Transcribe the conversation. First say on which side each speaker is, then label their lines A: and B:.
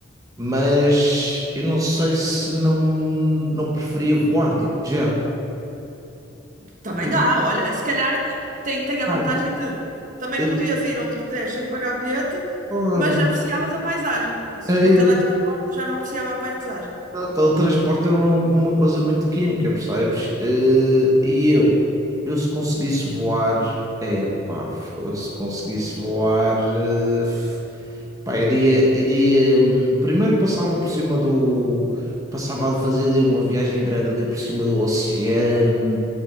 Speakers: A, on the right; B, on the right.
A: mas eu não sei se não, não preferia voar, digo já.
B: Também
A: Porque,
B: dá, olha, se calhar eh, tem, tem a
A: pá,
B: vantagem de também
A: eu
B: podias ir onde quiseres sem pagar bilhete,
A: só-
B: mas apreciavas a paisagem. Isso
A: é
B: no
A: isso,
B: teletransporte eu já não apreciava a paisagem.
A: o teletransporte é uma, uma coisa muito química, percebes? Eh, e
B: Sim,
A: eu, eu se conseguisse voar, é pá, fo- se conseguisse voar, eh, f- pá, iria, iria, hum, primeiro passava por cima do, passava a fazer ali uma viagem grande ali por cima do oceano